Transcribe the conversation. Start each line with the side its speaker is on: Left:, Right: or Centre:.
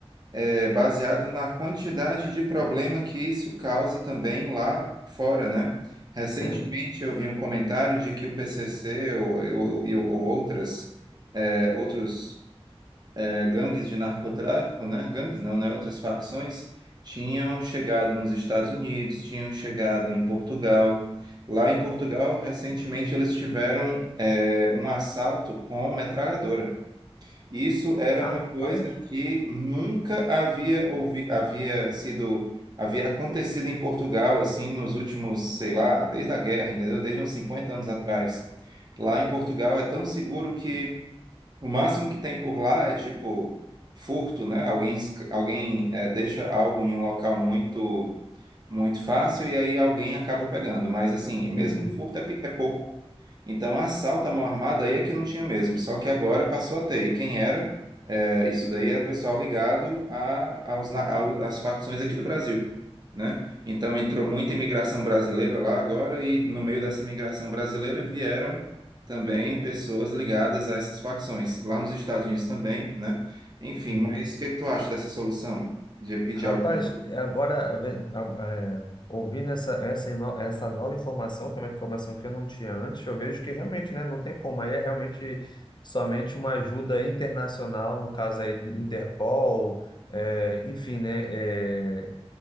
Right: eh, baseado na quantidade de problema que isso causa também lá fora, né? Recentemente
Left: Sim.
Right: eu vi um comentário de que o PCC ou, ou, e- ou outras, eh, outros é, gangues de narcotráfico, né? Gangues não, né? Outras facções tinham chegado nos Estados Unidos, tinham chegado em Portugal. Lá em Portugal, recentemente, eles tiveram é, um assalto com metralhadora. Isso era
Left: Ah,
Right: uma coisa
Left: paz
Right: que nunca havia ouvi havia sido havia acontecido em Portugal assim nos últimos, sei lá, desde a guerra, entendeu? Desde uns 50 anos atrás. Lá em Portugal é tão seguro que o máximo que tem por lá é tipo furto, né? Alguém, esc- alguém eh, deixa algo em um local muito muito fácil e aí alguém acaba pegando. Mas assim, mesmo
Left: Uhum.
Right: furto é, pe- é pouco. Então, assalto à mão armada aí é que não tinha mesmo, só que agora passou a ter. E quem era? É, isso daí era pessoal ligado a, aos, na- ao- às facções aqui do Brasil, né? Então, entrou muita imigração brasileira lá agora e no meio dessa imigração brasileira vieram também pessoas ligadas a essas facções, lá nos Estados Unidos também, né? Enfim,
Left: Uhum.
Right: mas o que é que tu acha dessa solução de pedir
Left: Rapaz,
Right: alguma ajuda?
Left: agora a ve- a- a- é, ouvindo essa, essa, ino- essa nova informação, que é uma informação que eu não tinha antes, eu vejo que realmente, né, não tem como. Aí é realmente somente uma ajuda internacional, no caso aí, Interpol, é, enfim, né? é,